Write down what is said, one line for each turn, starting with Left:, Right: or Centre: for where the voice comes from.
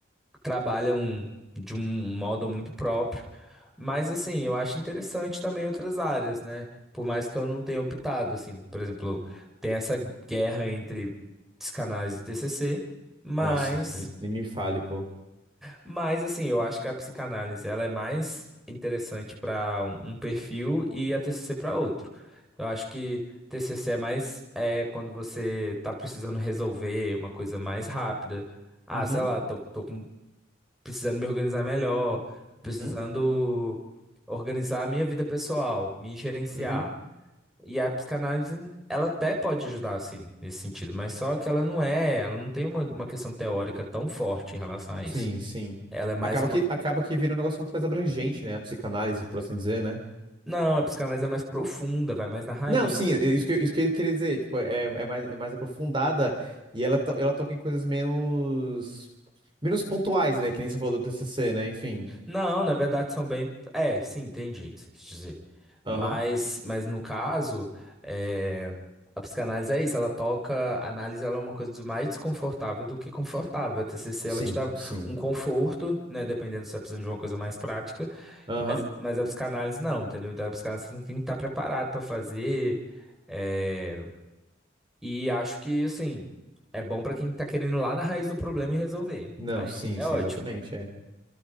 Centre: trabalham de um modo muito próprio. Mas, assim, eu acho interessante também outras áreas, né? Por mais que eu não tenha optado, assim, por exemplo, tem essa guerra entre psicanálise e TCC, mas.
Right: Nossa, n- nem me fale, pô.
Centre: Mas assim, eu acho que a psicanálise ela é mais interessante para um, um perfil e a TCC para outro. Eu acho que TCC é mais é quando você tá precisando resolver uma coisa mais rápida. Ah,
Right: Uhum,
Centre: sei lá, tô, tô com- precisando me organizar melhor, tô precisando
Right: uhum,
Centre: organizar a minha vida pessoal, me gerenciar.
Right: uhum.
Centre: E a psicanálise, ela até pode ajudar, assim, nesse sentido, mas só que ela não é, ela não tem uma, uma questão teórica tão forte em relação a isso.
Right: Sim, sim.
Centre: Ela é mais
Right: Acaba
Centre: uma,
Right: que, acaba que vira um negócio muito mais abrangente, né? A psicanálise, por assim dizer, né?
Centre: Não, a psicanálise é mais profunda, vai mais na raiz.
Right: Não, sim, é isso que, eu- isso que eu queria dizer. Tipo, é, é mais, é mais aprofundada e ela, to- ela toca em coisas menos, menos pontuais, né? Que nem você falou do TCC, né? Enfim.
Centre: Não, na verdade são bem. É, sim, entendi o que você quis dizer. Mas,
Right: Aham.
Centre: mas no caso, é, a psicanálise é isso, ela toca. A análise ela é uma coisa mais desconfortável do que confortável. A TCC ela
Right: Sim,
Centre: te dá
Right: sim.
Centre: um conforto, né? Dependendo se você tá precisando de uma coisa mais prática.
Right: Aham.
Centre: Mas, mas a psicanálise não, entendeu? Então a psicanálise você tem que estar preparado para fazer. eh, E acho que, assim, é bom pra quem tá querendo ir lá na raiz do problema e resolver.
Right: Não,
Centre: Aí
Right: sim,
Centre: é
Right: sim,
Centre: ótimo.
Right: exatamente. é.